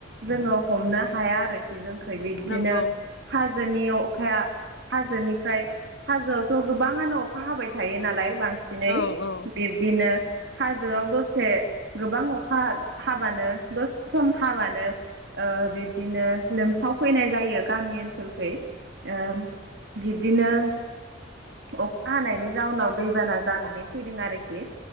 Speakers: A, on the right; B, on the left.
A: जोङो हमनो हाया आरोखि। जोंखौ बिदिनो
B: नंगौ
A: हाजोनि अखाया। हाजोनिफ्राय हाजोआवथ गोबाङानो अखा हाबाय थायो नालाय। बांसिन दिनै
B: औ औ
A: बिब्दिनो। हाजोआव दसे गोबां अखा हाबानो दसे सम हाबानो ओ बिब्दिनो लोमसावफैनाय जायो। गामि ओनसोलखैओ बिब्दिनो अखा हानायनि जाउनाव दैबाना जानानै फैदों आरोखि।